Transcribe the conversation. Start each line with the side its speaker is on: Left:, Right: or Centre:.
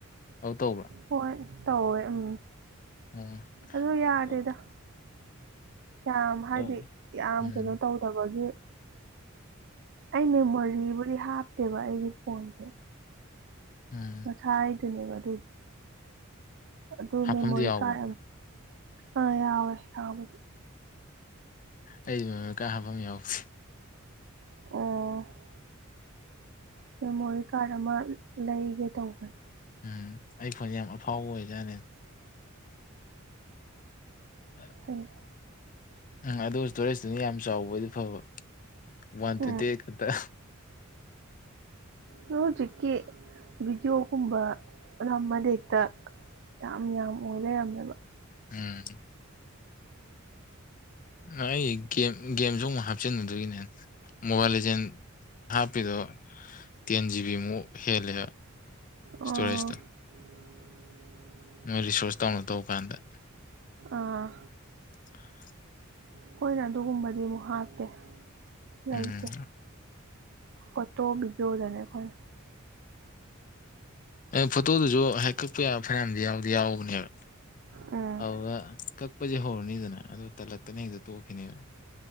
Left: ꯑꯗꯨ ꯇꯧꯕ꯭ꯔꯥ
Right: ꯍꯣꯏ ꯇꯧꯋꯦ ꯎꯝ
Left: ꯎꯝ
Right: ꯑꯗꯨ ꯌꯥꯗꯦꯗ
Left: ꯇꯧ
Right: ꯌꯥꯝ ꯍꯥꯏꯗꯤ
Left: ꯇꯧ
Right: ꯌꯥꯝ
Left: ꯎꯝ
Right: ꯀꯩꯅꯣ ꯇꯧ ꯗꯕꯒꯤ ꯑꯩ ꯃꯦꯃꯣꯔꯤꯕꯨꯗꯤ ꯍꯥꯞꯇꯦꯕ ꯑꯩꯒꯤ ꯐꯣꯟꯁꯦ
Left: ꯎꯝ
Right: ꯃꯁ ꯍꯥꯏꯗꯨꯅꯦꯕ ꯑꯗꯨꯒ ꯑꯗꯨ
Left: ꯍꯥꯞꯐꯝꯗꯤ
Right: ꯃꯦꯃꯣꯔꯤ
Left: ꯌꯥꯎꯕ
Right: ꯀꯥꯔꯠ ꯑ ꯑ ꯌꯥꯎꯦ ꯌꯥꯕꯗꯤ
Left: ꯑꯩꯗꯤ ꯃꯦꯃꯣꯔꯤ ꯃꯀꯥ ꯍꯥꯞꯐꯝ ꯌꯥꯎꯗꯦ
Right: ꯑꯣ ꯃꯦꯃꯣꯔꯤ ꯀꯥꯔ ꯑꯃ ꯂꯩꯒꯦ ꯇꯧꯕꯅꯤ
Left: ꯎꯝ ꯑꯩ ꯐꯣꯟꯁꯦ ꯌꯥꯝ ꯑꯐꯥꯎꯕ ꯑꯣꯏꯖꯥꯠꯅꯦ ꯑ
Right: ꯎ
Left: ꯎꯝ ꯑꯗꯨ ꯏꯁꯇꯣꯔꯦꯖꯇꯨꯅ ꯌꯥꯝ ꯆꯥꯎꯕꯗꯤ ꯐꯕ ꯋꯥꯟ
Right: ꯎꯝ
Left: ꯇ꯭ꯋꯦꯟꯇꯤ ꯑꯩꯠ ꯈꯛꯇ
Right: ꯍꯖꯤꯀꯤ ꯕꯤꯗꯤꯌꯑꯣꯒꯨꯝꯕ ꯅꯝꯕꯗꯥ ꯍꯦꯛꯇ ꯌꯥꯝ ꯌꯥꯝ ꯑꯣꯏ ꯂꯩꯔꯝꯃꯦꯕ
Left: ꯎꯝ ꯑꯩ ꯒꯦꯝ ꯒꯦꯝꯁꯨ ꯑꯃꯨꯛ ꯍꯥꯞꯆꯤꯟꯗꯨꯒꯤꯅꯦ ꯃꯣꯕꯥꯏꯜ ꯂꯤꯖꯦꯟ ꯍꯥꯞꯄꯤꯗꯣ ꯇꯦꯟ ꯖꯤꯕꯤꯃꯨꯛ ꯍꯦꯜꯂꯦ ꯏꯁꯇꯣꯔꯦꯖꯇ
Right: ꯑꯥ <inaudible>
Left: ꯃꯣꯏ ꯔꯤꯁꯣꯔꯇ ꯇꯧꯅ ꯇꯧꯕ ꯀꯥꯟꯗ
Right: ꯑꯥ
Left: <unintelligible>
Right: ꯑꯩꯈꯣꯏꯅ ꯑꯗꯨꯒꯨꯝꯕꯗꯤ ꯑꯃꯨꯛ ꯍꯥꯞꯇꯦ ꯂꯩꯥꯏꯇ
Left: ꯎꯝ
Right: ꯐꯣꯠꯇꯣ ꯕꯤꯖꯣꯗꯅꯦ ꯑꯩꯈꯣꯏ
Left: ꯑ ꯐꯣꯇꯣꯗꯨꯁꯨ ꯍꯥꯏꯦꯛ ꯀꯛꯄ ꯌꯥꯕ ꯐꯅꯌꯥꯝꯗꯤ ꯌꯥꯎꯗꯤ ꯌꯥꯎꯕꯅꯦꯕ
Right: ꯎꯝ
Left: ꯑꯗꯨꯗ ꯀꯛꯄꯁꯦ ꯍꯧꯔꯅꯤꯗꯅ ꯑꯗꯨ ꯇꯜꯂꯛꯇꯅ ꯍꯦꯛꯇ ꯇꯣꯛꯈꯤꯅꯦꯕ